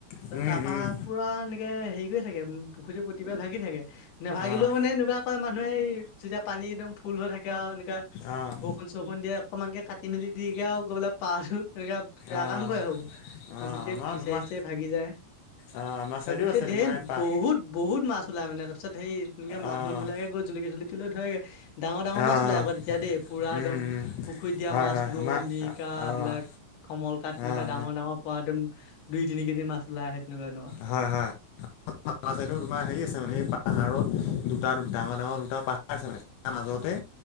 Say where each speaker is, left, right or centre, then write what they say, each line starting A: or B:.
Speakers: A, on the left; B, on the left.
A: উম,
B: তাৰপা
A: উম,
B: পুৰা এনেকে হেৰি কৰি থাকে পুখুৰীতো প্ৰত্যেকবাৰ ভাগি থাকে। নেভাগিলেও
A: অ',
B: মানে এনেকুৱা কয় মানুহে এই যেতিয়া পানী একদম ফুল হৈ থাকে আৰু এনেকা
A: অ',
B: বৰষুণ- চৰষুণ দিয়ে অকণমানকে কাটি মেলি দিগে আৰু গৈ পেলাই পাচো আৰু এনে বেয়া
A: অ',
B: কাম কৰে ভাবুম আৰু
A: অ',
B: গোটেই
A: আমাৰ
B: ফিচাই
A: তোমাৰ
B: চিচাই ভাগি যায়
A: অ', আমাৰ
B: আৰু
A: চাইডেও
B: গোটেই
A: আছে
B: ধেৰ
A: তোমাৰ
B: বহুত
A: পা
B: বহুত-বহুত মাছ ওলাই মানে তাৰপাছত সেই তেনেকে মানুহ
A: অ',
B: বিলাকে গৈ জুলুকি -চুলুকি লৈ ধৰেগে। ডাঙৰ -ডাঙৰ
A: অ', অ',
B: মাছ ওলাই আকৌ তেতিয়া দেই পুৰা
A: উম,
B: একদম
A: উম,
B: পুখুৰীত দিয়া
A: হয়,
B: মাছ
A: হয়,
B: ৰৌ,
A: আমাৰ
B: মিৰ্কা
A: অ', অ',
B: এইবিলাক কমল কাত তেনেকুৱা
A: অ',
B: ডাঙৰ -ডাঙৰ পোৱা একদম দুই- তিনি কেজি মাছ উলাই আহে তেনেকুৱা-তেনেকুৱা।
A: হয়-হয়। <unintelligible> সেইটো তোমাৰ হেৰি আছে মানে এই পাহাৰত দুটা ডাঙৰ- ডাঙৰ দুটা পাহাৰ আছে মানে আনা জৰতে